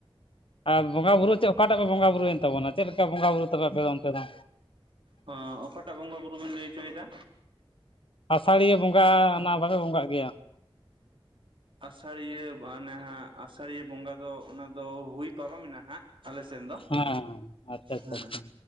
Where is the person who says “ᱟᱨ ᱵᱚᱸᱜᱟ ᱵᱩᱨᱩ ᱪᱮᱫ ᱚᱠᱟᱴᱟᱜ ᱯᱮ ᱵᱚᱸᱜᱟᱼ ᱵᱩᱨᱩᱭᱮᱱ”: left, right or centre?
Left